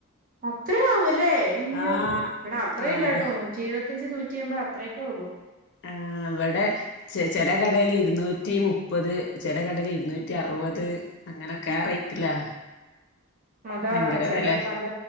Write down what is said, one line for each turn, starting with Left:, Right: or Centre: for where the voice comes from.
Right: അത്രയാവല്ലേ അയ്യോ
Left: ആഹ്
Right: ഇവിടെ അത്ര
Left: ആഹ്
Right: ഇല്ല
Left: അതെ
Right: ട്ടോ നൂറ്റിരുപത്തി ത്തഞ്ച് നൂറ്റിയമ്പത് അത്രയക്കെ ഒള്ളു
Left: ആഹ് ഇവിടെ ച ചെല കടയിൽ ഇരുന്നൂറ്റി മു മപ്പത് ചില കടേൽ ഇരുന്നൂറ്റി അറുപത് അങ്ങനെയൊക്കെ ആ റേറ്റിലാ
Right: അതാ
Left: ഭയങ്കര
Right: ചിലപ്പല്ല
Left: വെലെ